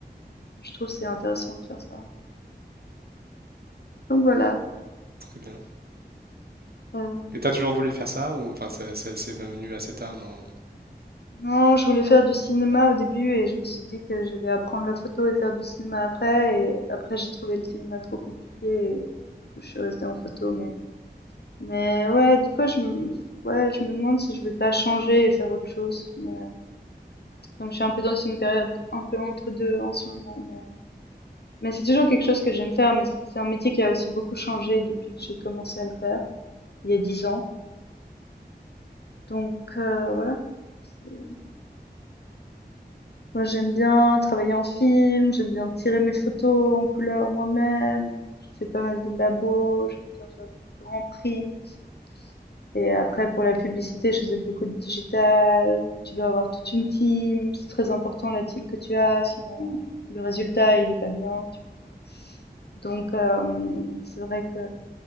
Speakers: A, on the left; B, on the right.
A: Je trouve que c'est intéressant de faire ça. Donc voilà.
B: Très bien.
A: Euh,
B: Et t'as toujours voulu faire ça ou enfin c'est c'est- c'est venu assez tard dans...
A: non, je voulais faire du cinéma au début et je me suis dit que j'allais apprendre la photo et faire du cinéma après. Et après, j'ai trouvé le cinéma trop compliqué et du coup, je suis restée en photo, mais Mais ouais, des fois, je me, ouais, je me demande si je vais pas changer et faire autre chose. Mais, donc, je suis un peu dans une période un peu entre deux en ce moment. Mais, mais c'est toujours quelque chose que j'aime faire. Mais c'est c'est un métier qui a aussi beaucoup changé depuis que j'ai commencé à le faire, il y a dix ans. Donc, euh, voilà. c'est- Moi, j'aime bien travailler en film. J'aime bien tirer mes photos en couleur moi-même. Je fais pas mal de labos. J'aime bien faire des grands prints. Et après, pour la publicité, je faisais beaucoup de digital. Tu dois avoir toute une team. C'est très important la team que tu as, sinon le résultat, il n'est pas bien. tu vois. Donc, euh, c'est vrai que...